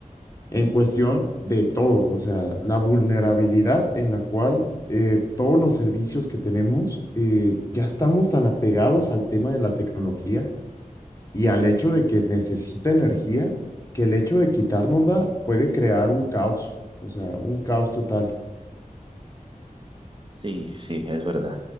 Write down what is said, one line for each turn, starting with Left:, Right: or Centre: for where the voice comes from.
Left: en cuestión de todo, o sea, la vulnerabilidad en la cual eh, todos los servicios que tenemos, eh, ya estamos tan apegados al tema de la tecnología y al hecho de que necesita energía, que el hecho de quitárnosla puede crear un caos, o sea, un caos total.
Right: Sí, sí, es verdad.